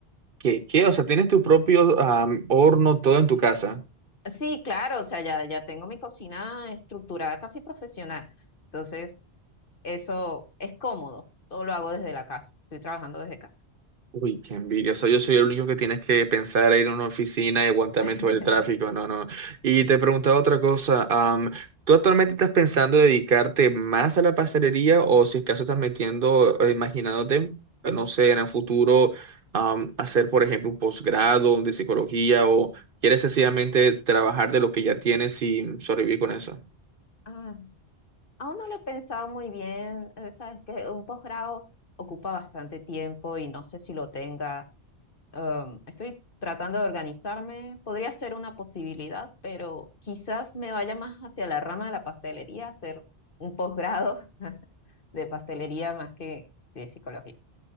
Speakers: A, on the right; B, on the left.
A: ¿Qué, qué? O sea, ¿tienes tu propio am, horno todo en tu casa?
B: Sí, claro, o sea, ya, ya tengo mi cocina estructurada casi profesional. Entonces, eso es cómodo. Todo lo hago desde la casa. Estoy trabajando desde casa.
A: Uy, qué envidia. O sea, yo soy el único que tienes que pensar en ir a una oficina y aguantarme
B: <laughs>
A: todo el tráfico. No, no. Y te preguntaba otra cosa. am, ¿tú actualmente estás pensando dedicarte más a la pastelería o si es caso estás metiendo, eh, imaginándote, eh, no sé, en el futuro, am, hacer, por ejemplo, un posgrado de psicología o quieres sencillamente trabajar de lo que ya tienes y sobrevivir con eso?
B: Ah, aún no lo he pensado muy bien. eh, Sabes que un posgrado ocupa bastante tiempo y no sé si lo tenga. Um, estoy tratando de organizarme. Podría ser una posibilidad, pero quizás me vaya más hacia la rama de la pastelería, hacer un posgrado <laughs> de pastelería más que de psicología.